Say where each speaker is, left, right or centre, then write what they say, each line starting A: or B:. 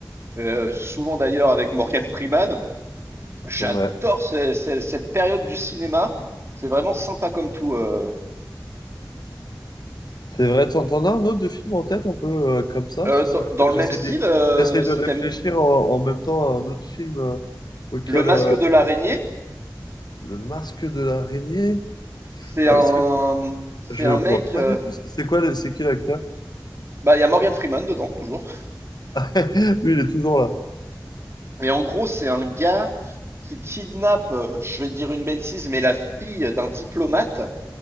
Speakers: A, on the right (about 35°); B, on the left (about 65°).
A: euh, souvent d'ailleurs avec Morgan Freeman, j'adore
B: Ouais. Ouais.
A: ce- ce- cette période du cinéma. C'est vraiment sympa comme tout. euh.
B: C'est vrai, t'en, t'en as un autre de film en tête un peu euh, comme ça?
A: Euh,
B: C'est c'est
A: dans,
B: vrai
A: dans
B: que
A: le
B: j'essaie
A: même style,
B: de,
A: euh,
B: j'essaie de
A: si
B: réfléchir
A: t'aimes
B: en, en même temps à un autre film euh, auquel
A: Le Masque
B: euh,
A: de l'araignée,
B: Le Masque de l'araignée.
A: c'est
B: Enfin,
A: un,
B: c'est-
A: c'est
B: je
A: un
B: vois
A: mec.
B: pas
A: euh,
B: du tout. C'est c'est quoi, le- c'est qui l'acteur?
A: bah, il y a Morgan Freeman dedans, toujours.
B: <laughs> Lui, il est toujours là.
A: Et en gros, c'est un gars qui kidnappe, euh, je vais dire une bêtise, mais la fille d'un diplomate.